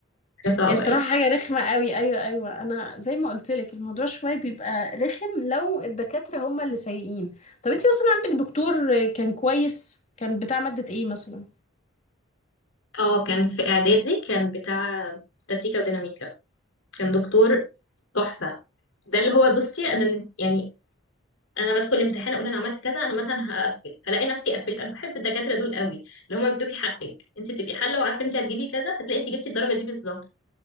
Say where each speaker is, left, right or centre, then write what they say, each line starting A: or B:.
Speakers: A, on the left; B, on the left.
A: حاجه صعبه
B: هي بصراحة
A: يعني
B: حاجة رخمة قوي أيوة أيوة أنا زي ما قلت لك الموضوع شوية بيبقى رخم لو الدكاترة هما اللي سيئين طب أنت مثلا عندك دكتور كان كويس كان بتاع مادة إيه مثلا
A: اه كان في اعدادي كان بتاع استاتيكا وديناميكا كان دكتور تحفه ده اللي هو بصي انا اللي يعني انا بدخل الامتحان اقول انا عملت كذا انا مثلا هقفل فلاقي نفسي قفلت انا بحب الدكاتره دول قوي اللي هم بيدوكي حقك انت بتبقي حله وعارفه انت هتجيبي كذا فتلاقي انت جبتي الدرجه دي بالظبط